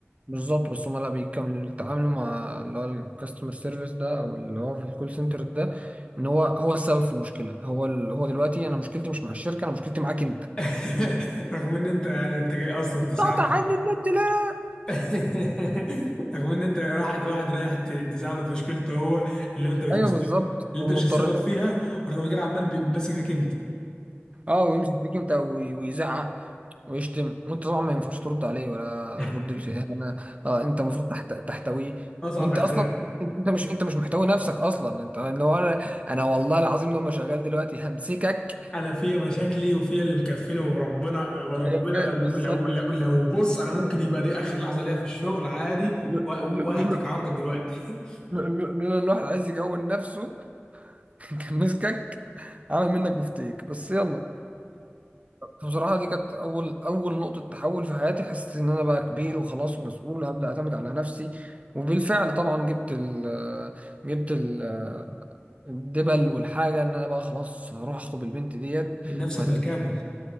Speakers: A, on the right; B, on the left.
A: بالظبط بس هم لا بيكملوا يتعاملوا مع اللي هو الكاستمر سيرفيس ده او اللي هو في الكول سنتر ده ان هو هو السبب في المشكله هو ال... هو دلوقتي انا مشكلتي مش مع الشركه انا مشكلتي معاك انت
B: <laughs> رغم ان انت يعني انت جاي اصلا تساعد
A: قطع عني النت ليه
B: <laughs> رغم ان انت واحد واحد رايح ت- تساعده في مشكلته هو اللي انت مش
A: ايوه
B: مسؤول
A: بالظبط
B: اللي
A: ومضطر
B: انت مش السبب
A: انك
B: فيها ورغم كده عمال بي- ماسك فيك انت
A: اه ويمسك فيك انت وي- ويزعق ويشتم وانت طبعا ما ينفعش ترد عليه ولا
B: <laughs>
A: ترد لشيء انا اه انت المفروض تحت... تحتويه
B: اصعب
A: وانت
B: احساس
A: اصلا انت انت مش انت مش محتوي نفسك اصلا انت لو انا انا والله العظيم لما شغال دلوقتي همسكك
B: انا فيا مشاكلي وفيا اللي مكفيني وربنا وربنا
A: أيوة، فا-
B: لو
A: بالظبط
B: لو لو, لو بص انا ممكن يبقى دي اخر لحظه ليا في الشغل عادي
A: ل-
B: و-
A: ل-
B: واهتك
A: لولا
B: عرضك دلوقتي
A: لولا ان الواحد عايز يكون نفسه <laughs> كان مسكك عامل منك بفتيك بس يلا فبصراحة دي كانت أول أول نقطة تحول في حياتي حسيت إن أنا بقى كبير وخلاص ومسؤول وهبدأ أعتمد على نفسي وبالفعل طبعا جبت ال جبت ال الدبل والحاجة إن أنا بقى خلاص هروح أخطب البنت ديت
B: <laughs> من نفسك
A: وهتقدم
B: بالكامل